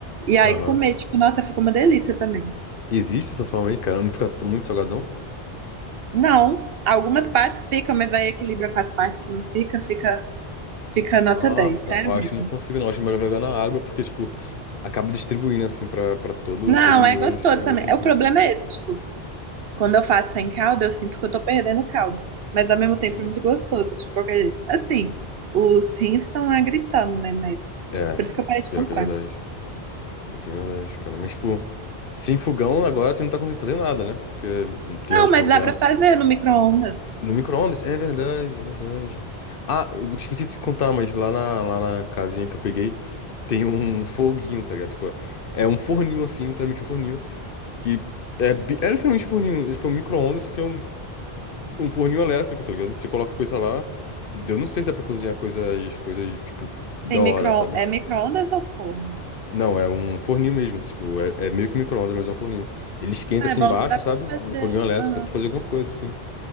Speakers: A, on the right (about 70°); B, on the left (about 60°).
A: e aí
B: aham.
A: comer, tipo, nossa, ficou uma delícia também.
B: Existe essa forma aí, cara? Não fica tão- muito salgadão?
A: Não, algumas partes ficam, mas aí equilibra com as partes que não fica, fica, fica nota
B: Nossa,
A: 10, sério
B: eu acho
A: mesmo.
B: que não consigo, não. Eu acho melhor jogar na água, porque, tipo, acaba distribuindo, assim, pra, pra todo,
A: Não,
B: todo miojo,
A: é gostoso
B: acho que é
A: também.
B: gostosinho.
A: É, O problema é esse, tipo, quando eu faço sem caldo, eu sinto que eu tô perdendo o caldo, mas ao mesmo tempo
B: Sim.
A: é muito gostoso, de qualquer jeito. Assim, os rins estão lá gritando, né? Mas
B: É,
A: por isso que eu parei de
B: pior
A: comprar.
B: que é verdade. Pior que é verdade, cara. Mas, pô, sem fogão agora você não tá conseguindo fazer nada, né? Porque não tem
A: Não,
B: onde
A: mas
B: cozinhar.
A: dá pra fazer no micro-ondas.
B: No micro-ondas? É verdade, verdade. Ah, eu esqueci de te contar, mas lá na, lá na casinha que eu peguei, tem um foguinho, tá ligado? Tipo, é um forninho assim, literalmente um forninho, que é, bi- é literalmente um forninho, é, tipo, um micro-ondas, só que é um, um forninho elétrico, tá ligado? Você coloca coisa lá. Eu não sei se dá pra cozinhar coisas, coisas, tipo, da
A: Tem micro...
B: hora, sabe?
A: É micro-ondas ou forno?
B: Não, é um forninho mesmo. Tipo, é, é meio que micro-ondas, mas é um forninho. Ele esquenta
A: Ah,
B: assim
A: é bom
B: embaixo,
A: que dá
B: sabe?
A: pra você fazer.
B: É um foguinho elétrico,
A: aham.
B: dá pra fazer alguma coisa, assim.